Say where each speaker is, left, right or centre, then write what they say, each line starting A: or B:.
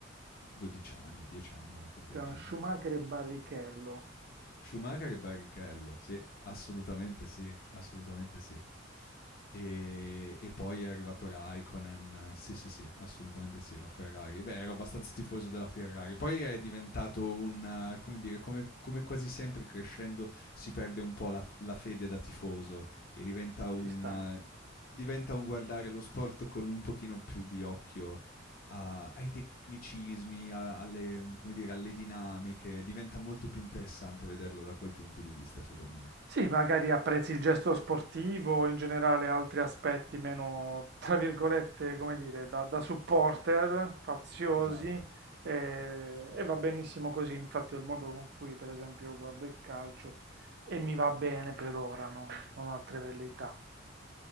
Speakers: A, on the left; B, on the right.
A: 12 anni, 10 anni, una cosa del
B: Tra
A: genere.
B: Schumacher e Barrichello,
A: Schumacher e Barrichello, sì, assolutamente sì, assolutamente sì. E, e poi è arrivato Raikkonen, sì sì sì, assolutamente sì, la Ferrari. Beh, ero abbastanza tifoso della Ferrari. Poi è diventato un, eh, come dire, come, come quasi sempre crescendo si perde un po' la, la fede da tifoso e diventa un,
B: ci sta.
A: eh, diventa un guardare lo sport con un pochino più di occhio a- ai tecnicismi, a- alle, come dire, alle dinamiche, diventa molto più interessante vederlo da quel punto di vista, secondo me.
B: Sì, magari apprezzi il gesto sportivo, in generale altri aspetti meno, tra virgolette, come dire, da, da supporter, faziosi,
A: Esatto,
B: e, e va benissimo così, infatti è il modo con cui, per esempio, io guardo il calcio e mi va bene per ora, non, non ho altre velleità.